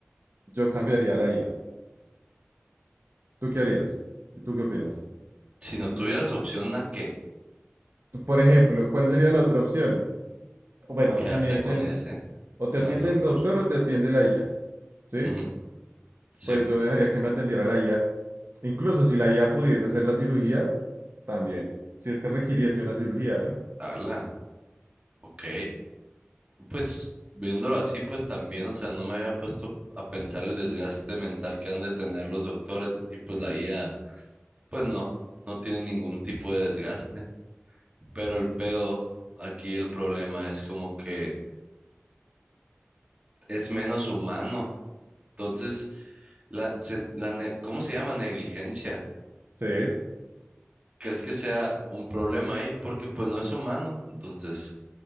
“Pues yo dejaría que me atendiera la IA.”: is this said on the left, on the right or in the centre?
Right